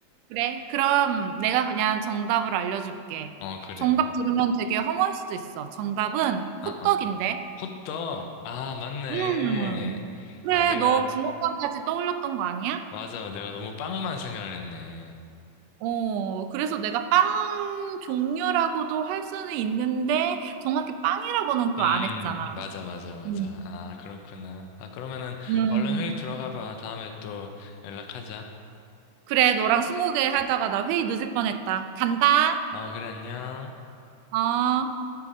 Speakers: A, on the right; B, on the left.
A: 그래? 그럼 내가 그냥 정답을 알려줄게.
B: 어 그래.
A: 정답 들으면 되게 허무할 수도 있어. 정답은
B: 아,
A: 호떡인데.
B: 아. 호떡. 아 맞네.
A: 음, 그래.
B: 아 내가
A: 너 붕어빵까지 떠올렸던 거 아니야?
B: 맞아, 내가 너무 빵만 생각을 했네.
A: 어, 그래서 내가 빵 종류라고도 할 수는 있는데, 정확히 빵이라고는 또
B: 음,
A: 안 했잖아.
B: 맞아, 맞아, 맞아.
A: 음,
B: 아, 그렇구나. 아, 그러면은
A: 음.
B: 얼른 회의 들어가 봐. 다음에 또 연락하자.
A: 그래, 너랑 스무개 하다가 나 회의 늦을 뻔했다. 간다.
B: 아, 그래, 안녕.
A: 아,